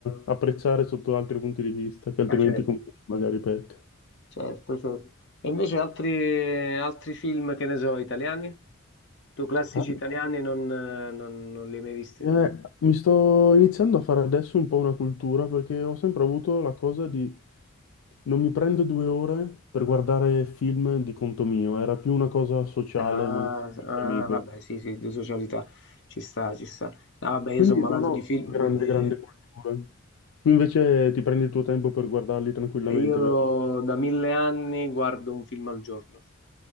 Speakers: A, on the left; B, on the left.
A: apprezzare sotto altri punti di vista, che altrimenti
B: ma certo,
A: com- magari pecca.
B: certo, certo. E invece altri, altri film, che ne so, italiani? Tu classici
A: Ah,
B: italiani non, eh, non- non li hai mai visti?
A: eh, mi sto iniziando a fare adesso un po' una cultura perché ho sempre avuto la cosa di non mi prendo due ore per guardare film di conto mio, era più una cosa sociale,
B: Ah,
A: magari con qualche
B: ah,
A: amico.
B: vabbè, sì, sì, di socialità, ci sta, ci sta. Ah, vabbè, io
A: Quindi
B: sono malato
A: non ho
B: di film,
A: grande,
B: quindi
A: grande cultura. Tu invece ti prendi il tuo tempo per guardarli tranquillamente,
B: eh, io
A: vero?
B: da mille anni guardo un film al giorno.